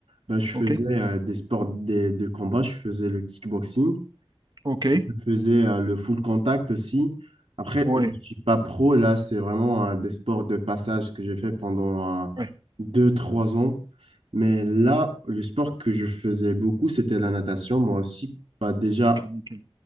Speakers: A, on the right (about 75°); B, on the right (about 45°).
A: Bah, je faisais
B: ok,
A: euh, des sports des- de combat, je faisais le kickboxing.
B: ok,
A: Je faisais euh, le full contact aussi. Après,
B: ouais,
A: je ne suis pas pro, là, c'est vraiment euh, des sports de passage que j'ai fait pendant euh,
B: ouais,
A: deux, trois ans. Mais là, le sport que je faisais beaucoup, c'était la natation. Moi aussi, pas déjà,
B: ok, nickel,